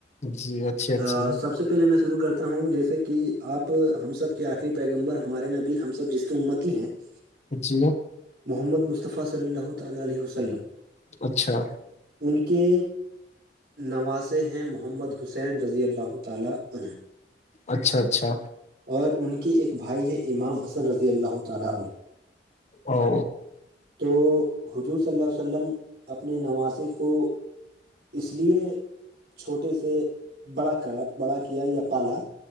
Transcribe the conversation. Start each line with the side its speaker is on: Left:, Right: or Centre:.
Left: جی اچھی اچھی
Right: ا سب سے پہلے میں شروع کرتا ہوں جیسے کہ آپ ہم سب کے آخری پیغمبر ہمارے نبی ہم سب جس کی امتی ہیں <inaudible>
Left: جی
Right: محمد مصطفی صلی اللہ تعالی علیہ وسلم
Left: اچھا
Right: ان کے نواشے ہیں محمد حسین رضی اللہ تعالی عنہ
Left: اچھا اچھا
Right: اور ان کے ایک بھائی ہے امام حسن رضی اللہ تعالی عنہ
Left: او
Right: تو حضور صلی اللہ عل وسلم اپنے نواشے کو اس لیے چھوٹے سے بڑا بڑا کیا یا پالا